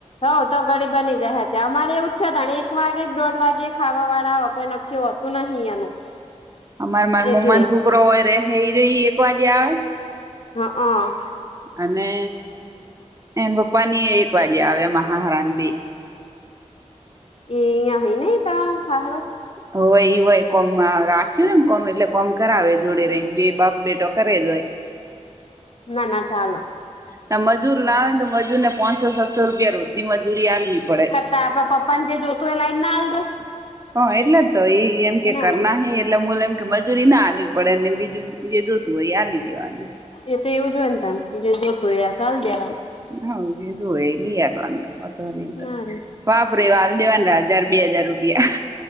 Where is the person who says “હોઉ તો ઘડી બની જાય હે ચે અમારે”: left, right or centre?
Left